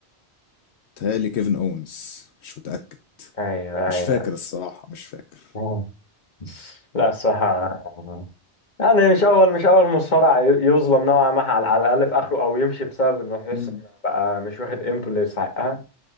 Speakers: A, on the left; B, on the left.
A: تهيألي كيفن أونز مش متأكد
B: ايوه
A: مش فاكر الصراحة مش فاكر
B: ايوه لا الصراحة يعني مش أول مش أول مصارع ي- يظلم نوعا ما على على الأقل في آخره أو يمشي بسبب إنه يحس
A: مم.
B: إنه بقى مش واخد قيمته اللي يستحقها